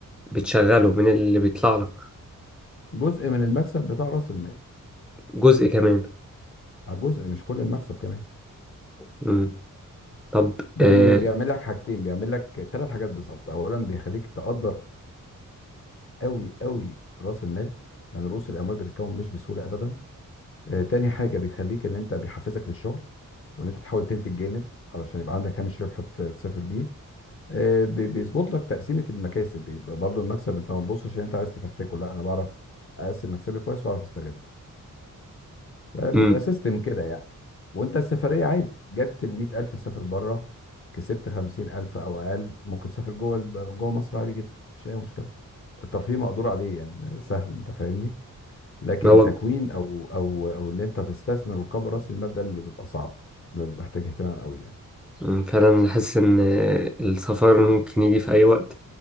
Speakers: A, in the centre; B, on the left (about 40°).
A: بتشغله من اللي بيطلع لك
B: جزء من المكسب بتاع راس المال
A: جزء كمان
B: آه، جزء مش كل المكسب كمان
A: مم. طب
B: ده
A: آه.
B: بي- بيعمل لك حاجتين بيعمل لك ثلاث حاجات بالظبط اولا بيخليك تقدر قوي قوي راس المال يعني رؤوس الاموال بتتكون مش بسهوله ابدا آه، تاني حاجه بيخليك ان انت بيحفزك للشغل وان انت تحاول تنتج جامد علشان يبقى عندك هامش ربح ت- تسافر بيه آه، بي- بيظبط لك تقسيمه المكاسب بيبقى برضو المكسب انت ما تبصش ان انت عايز تفرتكه لا انا بعرف اقسم مكسبي كويس واعرف استغله فبيبقى
A: مم.
B: سيستم كده يعني وانت السفريه عادي جت ال 100000 تسافر بره كسبت 50000 او اقل ممكن تسافر جوه الب- جوه مصر عادي جدا مفيش اي مشكله الترفيه مقدور عليه يعني سهل انت فاهمني لكن
A: هو
B: تكوين او او او ان انت تستثمر وتكبر راس المال ده اللي بيبقى صعب ده بيبقى محتاج اهتمام قوي يعني
A: مم. فعلا حاسس ان آه، السفر ممكن يجي في اي وقت